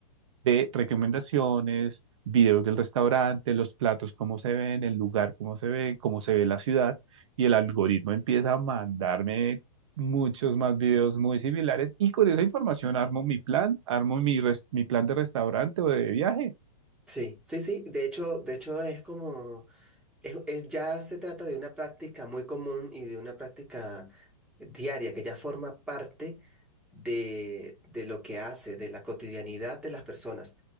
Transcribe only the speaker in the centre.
Sí, sí, sí, de hecho, de hecho es como Es, es- ya se trata de una práctica muy común y de una práctica diaria que ya forma parte de, de lo que hace, de la cotidianidad de las personas,